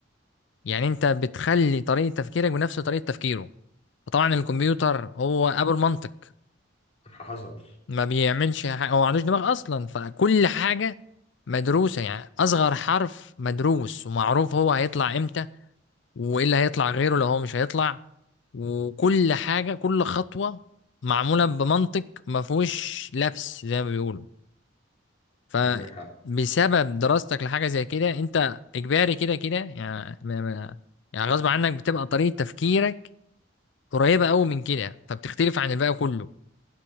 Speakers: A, on the left; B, on the left.
A: يعني انت بتخلي طريقة تفكيرك بنفس طريقة تفكيره فطبعا الكمبيوتر هو ابو المنطق
B: حصل
A: ما بيعملش حاجة هو ما عندوش دماغ أصلا فكل حاجة مدروسة يعني أصغر حرف مدروس ومعروف هو هيطلع إمتى وإيه اللي هيطلع غيره لو هو مش هيطلع وكل حاجة كل خطوة معمولة بمنطق ما فيهوش لبس زي ما بيقولوا فبسبب
B: عندك حق
A: دراستك لحاجة زي كده أنت إجباري كده كده يعني ما- ما- يعني غصب عنك بتبقى طريقة تفكيرك قريبة أوي من كده فبتختلف عن الباقي كله